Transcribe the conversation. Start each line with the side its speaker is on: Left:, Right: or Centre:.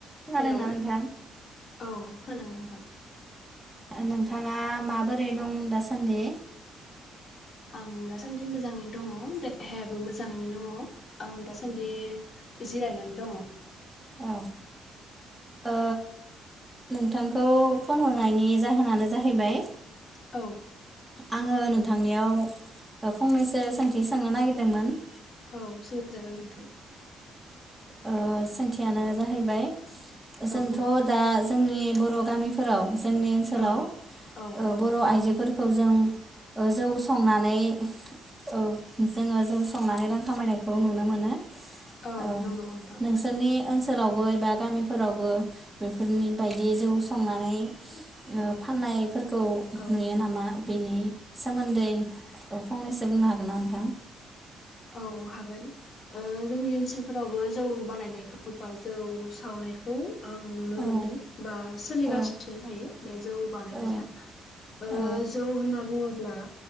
Centre: खोनादोंना
Left: Hello औ
Centre: नोंथां?
Left: खोनादों नोंथां,
Centre: नोंथाङा माबोरै दं दासान्दि?
Left: आं दासान्दि मोजाङै दङो देहायाबो मोजाङैनो दङ आं दासान्दि जिरायनानै दङ।
Centre: औ ओ नोंथांखौ फन हरनायनि जाहोनानो जाहैबाय
Left: औ
Centre: आङो नोंथांनियाव ओ फंनैसो सोंथि सांनो नागिरदोंमोन
Left: औ सोंजागोन नोंथां।
Centre: ओ सोंथियानो जाहैबाय, जोंथ'
Left: औ
Centre: दा जोंनि बर' गामिफोराव, जोंनि ओनसोलाव
Left: औ औ
Centre: ओ
Left: औ
Centre: बर' आइजोफोर खौ जों ओ जौ संनानै औ जोङो जौ संनानै रां खामायनायखौ नुनो मोनो।
Left: औ
Centre: ओ
Left: नंगौ नोंथां
Centre: नोंसोरनि ओनसो ओनसोलावबो एबा गामिफोरावबो बेफोरनि बायदि जौ संनानै ओ फाननाय फोर खौ
Left: औ
Centre: नुयो नामा? बेनि सोमोन्दै, औ फंनैसो बुंनो हागोन ना नोंथां?
Left: औ हागोन ओ जोंनि ओनसोलफोरावबो जौ बानायनायखौ अबा जौ सावनायखौ आं नुनो
Centre: औ
Left: मोनदों बा सोलिगासिनो
Centre: औ
Left: थायो बे जौ बानायनाया।
Centre: औ
Left: ओ
Centre: औ
Left: जौ होनना बुङो ब्ला